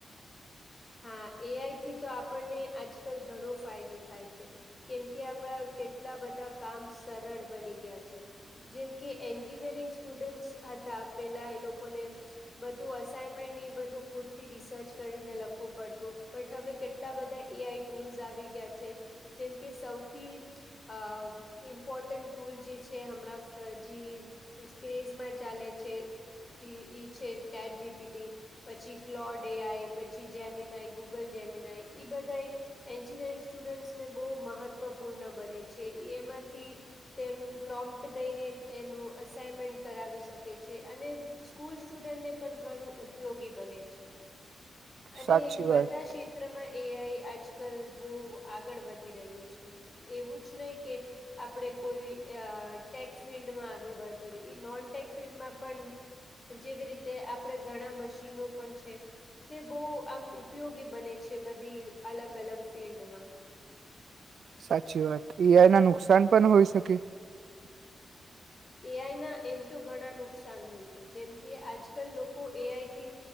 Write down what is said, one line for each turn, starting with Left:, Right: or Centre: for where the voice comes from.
Left: હા એ આઈ થી તો આપણને આજકાલ ઘણો ફાયદો થાય છે, કેમ કે આપડા કેટલા બધા કામ સરળ બની ગયા છે, જેમ કે એન્જીિનિયરિંગ સ્ટુડન્ટસ હતા પેલા એ લોકોને, બધું અસાઇમેનને ઈ બધું ખુદ થી રિસર્ચ કરીને લખ વું પડતું, બટ હવે કેટલા બધા એ આઈ ટૂલ્સ આવી ગયા છે, જેમ કે સૌથી અહ ઇમ્પોર્ટન્ટ ટૂલ જે છે હમણાં જી ક્રેઝમાં ચાલે છે, તે ઈ છે ચેટ જી પી ટી, પછી ક્લોડ એ આઈ, પ છી જેમીનાય, ગુગલ જેમીનાય ઈ બધાય એન્જિનિયરિંગ સ્ટુડન્ટસને બહુ મહત્વપૂર્ણ બને છે, ઈ એમાંથી તેમ પ્રોમ્પ્ટ દઈને એનું અસાઈનમેન્ટ કરાવી શકે છે, અને સ્કૂલ સ્ટુડન્ટને પણ ઘણું ઉપયોગી બને છે. અને
Right: સાચી
Left: બધા
Right: વાત
Left: ક્ષેત્રમાં એ આઈ આજકલ બહુ આગળ વધી રહ્યું છે. એવું જ નહી કે, આપણેે કોઈ અહ ટેક્સ ફિલ્ડમાં આગળ વધેરે, ઈ નોન ટેક ફિલ્ડમાં પણ જેવી રીતે આપણે ઘણા મશીનો પણ છે, તે બહું આમ ઉપયોગી બને છે બધી અલગ-અલગ ફિલ્ડમાં.
Right: સાચી વાત. એ આઈ ના નુકસાન પણ હોય શકે?
Left: એ આઈ ના એમ તો ઘણા નુકસાન હોય છે. જેમ કે આજકાલ લોકો એ આઈથી,